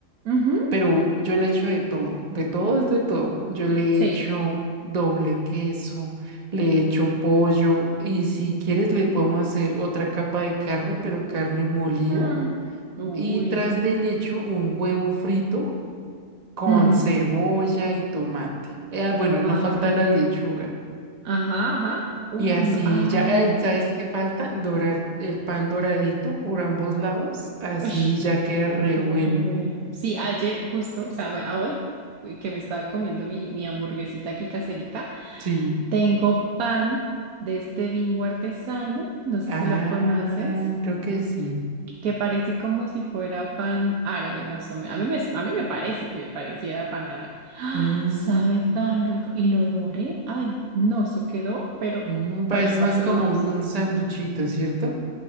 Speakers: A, on the right; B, on the right.
A: ujú,
B: Pero yo le echo de todo, de todo es de todo. Yo le
A: sí.
B: echo doble queso, le echo pollo y si quieres le podemos hacer otra capa de carne, pero carne molida.
A: Mm, Uy,
B: Y tras del echo un huevo frito con
A: ujú,
B: cebolla y tomate. Eh, Ah,
A: Tomate.
B: bueno, y no falta la lechuga.
A: Ajá, ajá. Uy,
B: Y así
A: no, ay.
B: ya, ay, ¿sabes qué falta? Dorar el pan doradito por ambos lados. Así
A: Uy,
B: ya queda re
A: queda
B: bueno.
A: re bueno. Sí, ayer justo, o sea, bueno, a hoy eh, que me estaba comiendo mi, mi hamburguesita aquí caserita,
B: Sí.
A: tengo pan de este Bimbo artesano, no sé
B: Ah,
A: si lo conoces.
B: creo que sí.
A: que parece como si fuera pan árabe, más o menos. A mí me, a mí me parece que pareciera pan árabe. ¡Ah!
B: Mm,
A: Sabe tan rico. Y lo doré. Ay, no, eso quedó, pero
B: mm, pues
A: para chuparse
B: es más como
A: los dedos.
B: un, un sanduchito, ¿cierto?